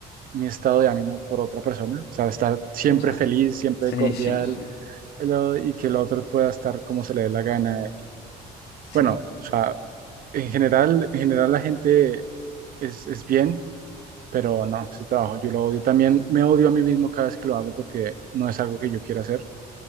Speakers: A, on the right; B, on the left.
A: mi estado de ánimo por otra persona. O sea, estar siempre
B: Ya.
A: feliz, siempre
B: Sí,
A: cordial,
B: sí, sí,
A: lo- y que el otro pueda estar como se le dé la gana. Y,
B: sí,
A: bueno, o sea, en general, en general la gente es, es bien, pero no, ese trabajo yo lo odio. También me odio a mí mismo cada vez que lo hago porque no es algo que yo quiera hacer.